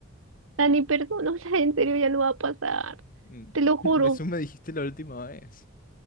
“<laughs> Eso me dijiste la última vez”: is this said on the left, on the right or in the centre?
Left